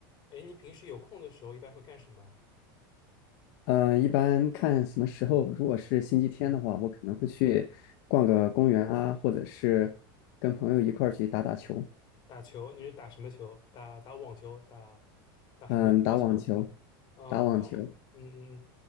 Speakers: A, on the left; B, on the left.
A: 哎，你平时有空的时候一般会干什么？
B: 嗯，一般看什么时候，如果是星期天的话，
A: 嗯，
B: 我可能会去逛个公园啊，或者是跟朋友一块儿去打打球，
A: 打球，你是打什么球？打打网球，打打什么羽毛球？
B: 嗯，打网球，
A: 啊，
B: 打网球，
A: 打网，嗯嗯嗯，